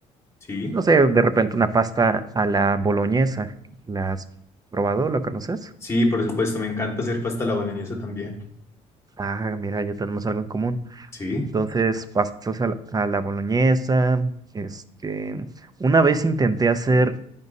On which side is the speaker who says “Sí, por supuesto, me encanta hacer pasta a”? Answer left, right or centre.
Left